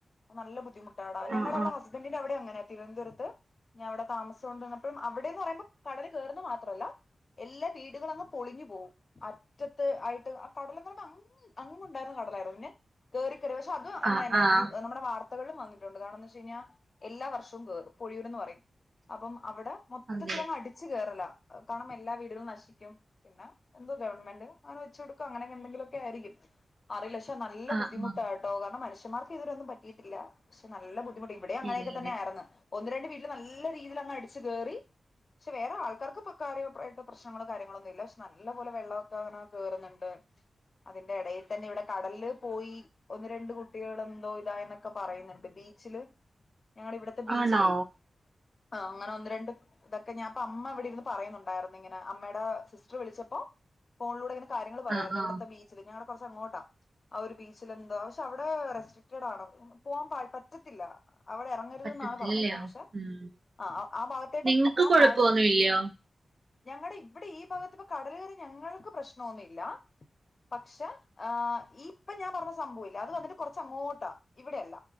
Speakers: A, on the left; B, on the right.
A: നല്ല ബുദ്ധിമുട്ടാടാ ഞങ്ങളുടെ
B: ആഹ്
A: അവിടെ ഹസ്ബന്റഡിന്റെ അവിടെ അങ്ങനെയാ തിരുവനന്തപുരത്ത്. ഇനി അവിടെ താമസിച്ചു കൊണ്ടിരുന്നപ്പോഴും അവിടെന്ന് പറയുമ്പോൾ കടൽ കേയറന്ന് മാത്രമല്ല. എല്ലാ വീടുകളും അങ്ങ് പൊളിഞ്ഞു പോകും അറ്റത്ത് ആയിട്ട് ആ കടല എന്ന് പറയുന്നു അങ അങ്ങ് ഉണ്ടായിരുന്ന കടല്. <unintelligible> കേറി കേറി പക്ഷെ അതും എങ്ങനെ
B: ആഹ്
A: തന്നെ
B: ആഹ്
A: നമ്മുടെ വത്ത വത്തകളും വന്നിട്ടുണ്ട്, കാരണം എന്ന് വെച്ച് കഴിഞ്ഞാൽ എല്ലാ വർഷവും കേറും, പൊഴിയൂരന്ന് പറയും അപ്പം മൊത്ത അവിടെ മൊത്തത്തിലങ്ങ്
B: അതെ
A: അടിച്ചു കയറില്ല. കാരണം എല്ലാ വീടുകളും നശിക്കും, പിന്നെ എന്തോ ഗവൺമെന്റ് അങ്ങനെ വെച്ചു കൊടുക്കും, അങ്ങനെ എന്തെങ്കിലും ഒക്കെ ആയിരിക്കും. അറിയില്ല പക്ഷെ നല്ല
B: ആഹ്
A: ബുദ്ധിമുട്ടായിട്ടോ,
B: ആഹ്
A: കാരണം മനുഷ്യമാർക്ക് ഇതുവരെ ഒന്നും പറ്റിയിട്ടില്ല പക്ഷെ നല്ല ബുദ്ധിമു ഇവിടെ അങ്ങനെയൊക്കെ
B: ഇല്ലില്ല
A: തന്നെ ആയിരുന്നു, ഒന്ന് രണ്ട് വീട്ടില് നല്ല രീതിയിൽ അങ് അടിച്ചു കയറി. പക്ഷെ വേറെ ആൾക്കാർക്ക് ബു കാര്യം ആയിട്ടുള്ള പ്രശ്നങ്ങളോ കാര്യങ്ങളൊന്നും ഇല്ല, പക്ഷെ നല്ലപോലെ വെള്ളമൊക്കെ അങ്ങനെ കയറുന്നുണ്ട്. അതിന്റെ ഇടയിൽ തന്നെ ഇവിടെ കടലില് പോയി ഒന്ന് രണ്ട് കുട്ടികൾ എന്തോ ഇതായിനൊക്കെ പറയുന്നുണ്ട് ബി ബീച്ചില് ഞങ്ങടെ ഇവിടത്തെ ബീച്ചിലേ
B: ആണോ
A: ആഹ് അങ്ങനെ ഒന്ന് രണ്ട് ഇതൊക്കെ ഞാൻ അമ്മ ഇവിടെ ഇരുന്നു. പറയുന്നുണ്ടായിരുന്നു ഇങ്ങനെ അമ്മയുടെ സിസ്റ്റർ വിളിച്ചപ്പോ ഫോണിലൂടെ ഇങ്ങനെ. കാര്യങ്ങള് പറയുമായിരുന്നു,
B: ആഹ് ആഹ്
A: ഇവിത്തെ ബീച്ചിൽ ഞങ്ങള് കുറച്ച് അങ്ങോട്ടാ. ആ ഒരു ബീച്ചിൽ എന്താ പക്ഷെ അവിടെ റെസ്ട്രിക്റ്റഡ് ആണ് പോവാൻ പാട പറ്റത്തില്ല. അവിടെ ഇറങ്ങരുത്
B: പറ്റത്തില്ലല്ലേ
A: എന്നാണ് പറഞ്ഞേക്കുന്നത് പക്ഷേ
B: ഉം
A: ആഹ് ആ ഭാഗത്തേട്ടും
B: നിങ്ങക്ക്
A: പോവാൻ
B: കൊഴപ്പൊന്നുല്ലയോ
A: പാടില്ല. ഞങ്ങടെ ഇവിടെ ഈ ഭാഗത്ത് ഇപ്പോ കടൽ കയറി ഞങ്ങൾക്ക് പ്രശ്നമൊന്നുമല്ല. പക്ഷെ ആഹ് ഈ ഇപ്പൊ ഞാൻ പറഞ്ഞു സംഭവമില്ലേ അത് വന്നിട്ട് കുറച്ചങ്ങോട്ടാ ഇവിടെയല്ല.